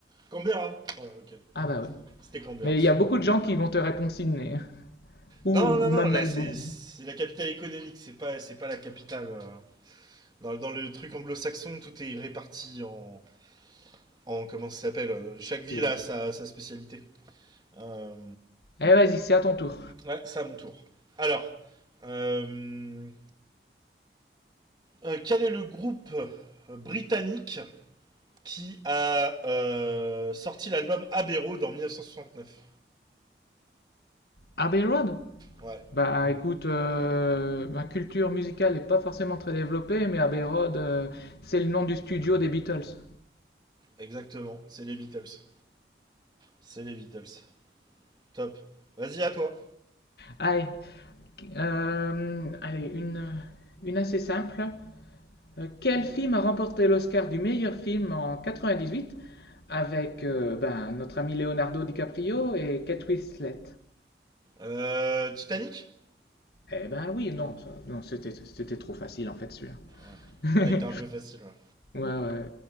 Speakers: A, on the right; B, on the left.
A: Canberra Ouais, ok.
B: Ah bah ouais.
A: C'était Canberra.
B: Mais il y a beaucoup
A: Ouais.
B: de gens qui vont te répondre Sydney, hein. Ou,
A: Non, non,
B: ou
A: non,
B: même
A: là,
B: Melbourne.
A: c'est c'est la capitale économique, c'est pas, c'est pas la capitale. euh. Dans, dans le truc anglo-saxon, tout est réparti en, en comment ça s'appelle euh, Chaque ville
B: Et-
A: a sa, sa spécialité. Euh,
B: Eh vas-y, c'est à ton tour.
A: ouais, c'est à mon tour. Alors, euh, euh, quel est le groupe britannique qui a euh, sorti l'album Abbey Aberro dans 1969
B: Abbey Road?
A: Ouais,
B: Bah écoute, euh, ma culture musicale n'est pas forcément très développée, mais Abbey Road, euh, c'est le nom du studio des Beatles.
A: exactement. C'est les Beatles. C'est les Beatles. Top. Vas-y, à toi.
B: Allez, euh, allez une, une assez simple. Euh, quel film a remporté l'Oscar du meilleur film en 98 avec euh, ben, notre ami Leonardo DiCaprio et Kate Winslet?
A: Euh, Titanic
B: Eh ben oui, non, ça- non, c'était c'était trop facile en fait celui-là.
A: Ouais. Ah,
B: <laughs>
A: il était un peu facile, ouais.
B: Ouais, ouais.